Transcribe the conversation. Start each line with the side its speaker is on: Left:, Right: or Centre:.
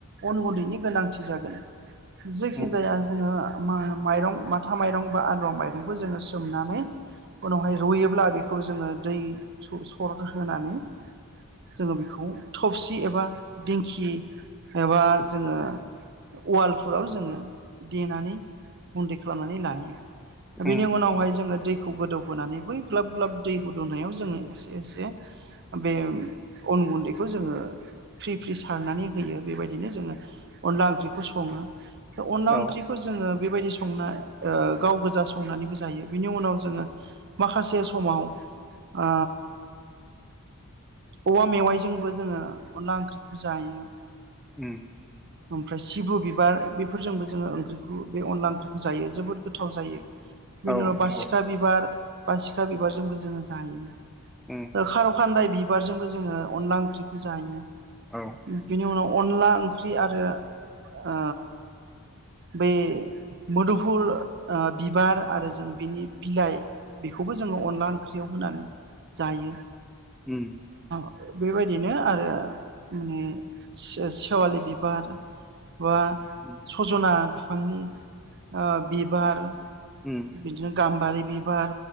Right: अन गन्दैनि गोनांथि जागोन। जायखि
Centre: उम
Right: जाया जोङो माइरं माथा माइरं बा आलुवा माइरंखौ जोङो सोमनानै उनावहाय रुयोब्ला बेखौ जोङो दै स सर होनानै जोङो बेखौ थफसि एबा दिंखि एबा जोङो उवालफोराव जोङो देनानै गुन्दै खालामनानै लायो
Centre: उम
Right: बेनि उनावहाय जोङो दैखौ गोदौहोनानै बै ग्लाब ग्लाब दै गोदौनायाव जोङो एसे एसे बे अन गुन्दैखौ जोङो फ्रि फ्रि सारनानै होयो बेबायदिनो जोङो अनला ओंख्रिखौ सङो। दा अनदला
Centre: औ
Right: ओंख्रिखौ जोङो बेबायदि संना ओ गाव गोजा संनानैबो जायो बिनि उनाव जोङो माखासे समाव आ औवा मेवाइजोंबो जोङो अनला ओंख्रिखौ जायो।
Centre: ओम
Right: ओमफ्राय सिब्रु बिबार बेफोरजोंबो जोङो ओंख्रिखौ बे अनला ओंख्रिखौ जायो जोबोद गोथाव जायो। बिनि
Centre: औ
Right: उनाव
Centre: नंगौ
Right: बासिखा बिबार बासिखा बिबारजोंबो जोङो जायो।
Centre: उम
Right: खार' खान्दाय बिबारजोंबो जोङो अनला ओंख्रिखौ जायो
Centre: औ
Right: बेनि उनाव अनला ओंख्रि आरो ओ बे मोदुफुल ओ बिबार आरो जों बिनि बिलाइ बेखौबो जोङो अनला ओंख्रियाव होनानै जायो।
Centre: उम
Right: बेबायदिनो आरो माने से सेवालि बिबार बा
Centre: उम
Right: सजना बिफांनि बिबार
Centre: उम
Right: बिदिनो गाम्बारि बिबार